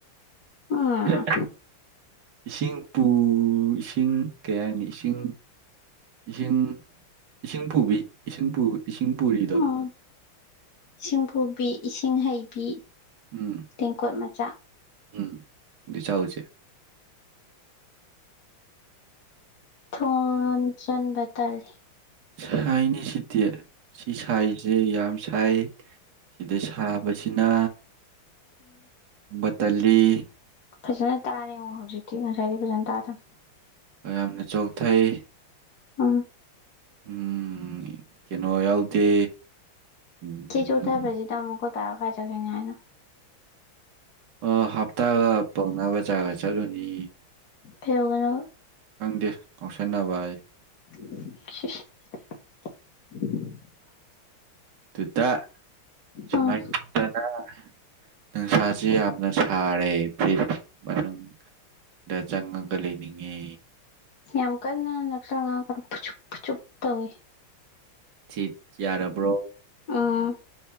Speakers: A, on the left; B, on the right.
A: ꯎꯝ
B: <unintelligible> ꯏꯁꯤꯡꯄꯨ ꯏꯁꯤꯡ ꯀꯩ ꯍꯥꯏꯅꯤ ꯏꯁꯤꯡ ꯏꯁꯤꯡ ꯏꯁꯤꯡ ꯄꯨꯕꯤ ꯏꯁꯤꯡ ꯄꯨ ꯏꯁꯤꯡ ꯄꯨꯔꯤꯗꯣ
A: ꯎꯝ ꯏꯁꯤꯡ ꯄꯨꯕꯤ ꯏꯁꯤꯡ ꯍꯩꯕꯤ
B: ꯎꯝ
A: ꯇꯦꯡꯀꯣꯠ ꯃꯠ
B: ꯎꯝ ꯗꯨ ꯆꯥꯎꯖꯦ
A: ꯊꯣꯟ ꯆꯟꯕꯇꯜꯂꯤ
B: ꯁꯥꯏꯅꯦ ꯁꯤꯗꯤ ꯁꯤ ꯁꯥꯏꯖꯦ ꯌꯥꯝ ꯁꯥꯏ ꯁꯤꯗ ꯁꯥꯕꯁꯤꯅ ꯕꯇꯜꯂꯤ
A: ꯐꯖꯟꯅ ꯇꯥꯔꯦꯉꯣ ꯍꯧꯖꯤꯛꯇꯤ ꯉꯁꯥꯏꯗꯤ ꯐꯖꯟꯅ ꯇꯥꯗꯝ
B: ꯑꯌꯥꯝꯅ ꯆꯣꯛꯊꯩ
A: ꯎꯝ
B: ꯎꯝ ꯀꯩꯅꯣ ꯌꯥꯎꯗꯦ ꯎꯝ
A: ꯁꯤ ꯆꯣꯛꯊꯕꯖꯤꯗ ꯑꯃꯨꯛꯀ ꯇꯔꯥ ꯀꯥꯏ ꯆꯠꯈꯤꯅꯤ ꯍꯥꯏꯅꯣ
B: ꯑ ꯍꯞꯇꯥꯒ ꯄꯧꯅ ꯕꯖꯥꯔꯒ ꯆꯠꯂꯨꯅꯤ
A: ꯐꯦꯜ ꯂꯩꯔꯣ
B: ꯗꯦ ꯉꯥꯎꯁꯤꯟꯅꯕꯌꯦ
A: <unintelligible>
B: ꯗꯨꯗ ꯁꯨꯃꯥꯏ
A: ꯎꯝ
B: ꯇꯧꯗꯅ ꯅꯨꯡꯁꯥꯥꯁꯤ ꯌꯥꯝꯅ ꯁꯥꯔꯦ ꯐꯤꯖ ꯃꯅꯨꯡ ꯗ ꯆꯪꯉꯒ ꯂꯩꯅꯤꯡꯉꯦ
A: ꯌꯥꯝ ꯀꯟꯅ ꯅꯛꯁꯟꯂ ꯉꯥꯡꯉꯛꯀꯅꯣ ꯐꯨꯆꯨꯞ ꯐꯨꯆꯨꯞ ꯇꯧꯋꯦ
B: ꯁꯤꯠ ꯌꯥꯔꯕ꯭ꯔꯣ
A: ꯎꯝ